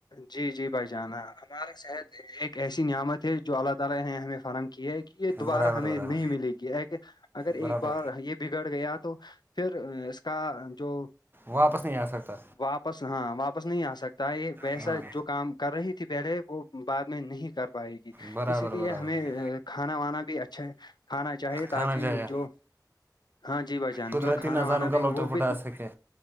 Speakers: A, on the left; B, on the right.
A: جی جی بھائی جانا ہمارا صحت ایک ایسی نیامت ہے جو اللہ تعالی نے ہمیں فراہم کیا ہے کہ یہ دوبارہ
B: برابر
A: ہمیں
B: برابر
A: نہیں ملے گی کہ اگر
B: برابر
A: ایک بار یہ بگڑ گیا تو پھر اس کا جو
B: واپس نہیں ا سکتا
A: واپس ہاں واپس نہیں اسکتا ت یہ ویسا
B: ہاں
A: جو کام کر رہی تھی پہلے وہ بعد میں نہیں کر پائے گی
B: برابر
A: اسی لیے
B: برابر
A: ہمیں کھانا وانا بھی اچھا ہے کھانا چاہیے
B: کھانا
A: تاکہ
B: چاہیے
A: جو ہاں جی بھائی جان
B: قدرتی
A: جو کھانا
B: نظاروں
A: وانا
B: کا
A: بھی ہے
B: لطف
A: وہ بھی
B: اٹھا سکے